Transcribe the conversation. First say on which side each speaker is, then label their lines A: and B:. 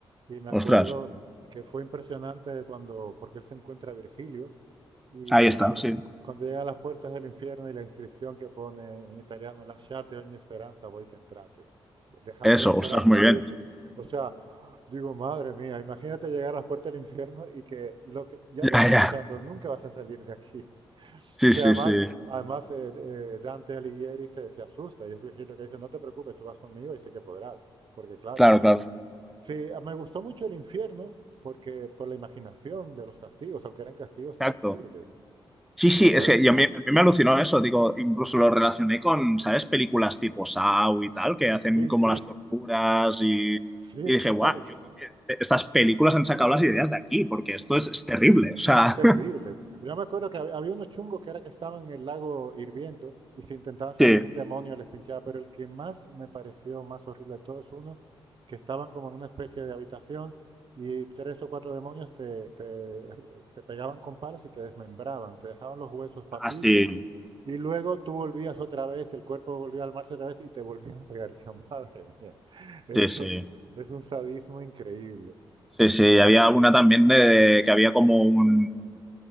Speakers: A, on the right; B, in the centre.
A: Y me acuerdo
B: Ostras,
A: que fue impresionante cuando, porque él se encuentra a Virgilio, y
B: ahí
A: cuando,
B: está, sí.
A: cuando llega a las puertas del infierno y la inscripción que pone en italiano, Lasciate ogni speranza, voi che entrate. Dejar
B: Eso,
A: toda esperanza
B: ostras, muy
A: a
B: bien.
A: aquellos que... O sea, digo, madre mía, imagínate llegar a las puertas del infierno y que lo que ya
B: Ya,
A: te están
B: ya.
A: avisando, nunca vas a salir de aquí.
B: Sí,
A: Que
B: sí,
A: además,
B: sí.
A: además eh, eh, Dante Alighieri se, se asusta y es Virgilio que dice, no te preocupes, tú vas conmigo y sé que podrás, porque claro,
B: Claro, claro.
A: sí, a- me gustó mucho el infierno porque por la imaginación de los castigos, aunque eran castigos
B: Exacto.
A: terribles,
B: Sí,
A: Ah,
B: sí,
A: me acuerdo.
B: es que y a mí, a mí me alucinó eso, digo, incluso lo relacioné con, ¿sabes? Películas tipo Saw y tal, que hacen
A: Sí,
B: como
A: sí,
B: las torturas y, y
A: sí, es
B: dije,
A: que
B: guau,
A: sale.
B: yo creo que e, estas películas han sacado las ideas de aquí, porque esto es, es terrible, o sea,
A: Es terrible. Yo me acuerdo que hab- había unos chungos que era que estaban en el lago hirviendo y si intentaban salir
B: <laughs> sí,
A: un demonio les pinchaba, pero el que más me pareció más horrible de todos es uno que estaban como en una especie de habitación y tres o cuatro demonios te, te te pegaban con palos y te desmembraban, te dejaban los huesos papilla
B: así,
A: y luego tú volvías otra vez, el cuerpo volvió al marzo otra vez y te volvían a pegar. <laughs> Decía, madre mía, <laughs> esto
B: sí, sí,
A: es un sadismo increíble.
B: sí, sí, había una también de, que había como un,